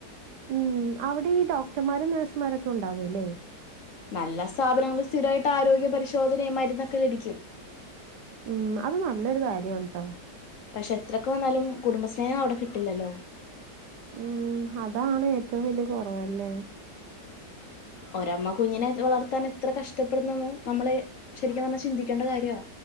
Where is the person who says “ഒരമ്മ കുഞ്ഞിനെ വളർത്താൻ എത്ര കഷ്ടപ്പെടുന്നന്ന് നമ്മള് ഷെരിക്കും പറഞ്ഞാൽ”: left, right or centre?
Left